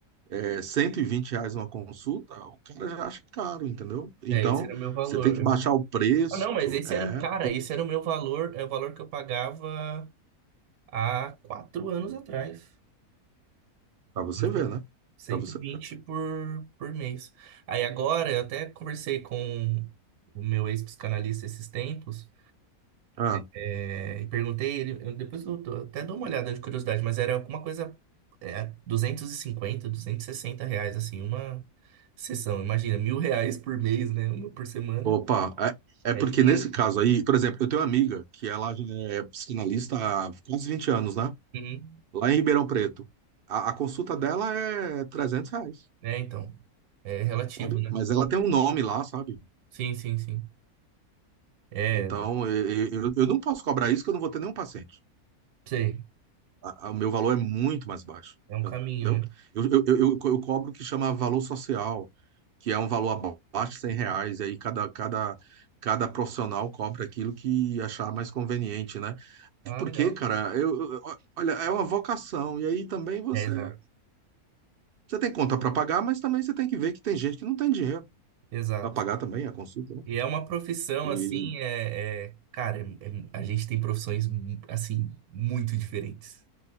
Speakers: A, on the right (about 55°); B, on the right (about 85°).
A: é, 120 reais uma consulta, o cara já acha caro, entendeu? Então,
B: É, esse era o meu valor.
A: você tem que baixar o preço,
B: Ah, não, mas esse
A: é,
B: era, cara, esse era o meu valor, é o valor que eu pagava há quatro anos atrás.
A: para você
B: Eles
A: ver,
B: têm
A: né?
B: cento
A: Para você.
B: e vinte por, por mês. Aí agora, eu até conversei com o meu ex-psicanalista esses tempos,
A: Ah,
B: É, e perguntei ele, eu- depois eu dou- até dou uma olhada de curiosidade, mas era alguma coisa é, duzentos duzentos e cinquenta duzentos e sessenta reais, assim, uma sessão. Imagina, mil reais por mês, né? Uma por semana.
A: opa, é,
B: É
A: é porque
B: dinheiro.
A: nesse caso aí, por exemplo, eu tenho uma amiga que ela já é psicanalista há quase 20 anos, né?
B: Uhum.
A: Lá em Ribeirão Preto. A, a consulta dela é 300 reais.
B: É, então, é relativo,
A: Sabe?
B: né?
A: Mas ela tem um nome lá, sabe?
B: Sim, sim, sim. É,
A: Então
B: é,
A: eu, eu, eu não posso cobrar isso que eu não vou ter nenhum paciente.
B: sei,
A: a- a- o meu valor é muito mais baixo,
B: é um caminho,
A: entendeu?
B: né?
A: Eu, eu, eu, eu co- eu cobro o que chama valor social, que é um valor abaixo de 100 reais, e aí cada, cada, cada profissional cobra aquilo que achar mais conveniente, né?
B: Ah,
A: Até Porque,
B: legal.
A: cara, eu, eu- olha, é uma vocação, e aí também você,
B: É, exato,
A: você tem conta para pagar, mas também você tem que ver que tem gente que não tem dinheiro
B: exato.
A: para pagar também a consulta, né?
B: E é uma profissão,
A: E,
B: assim, é, é- cara, é- é- a gente tem profissões, assim, muito diferentes.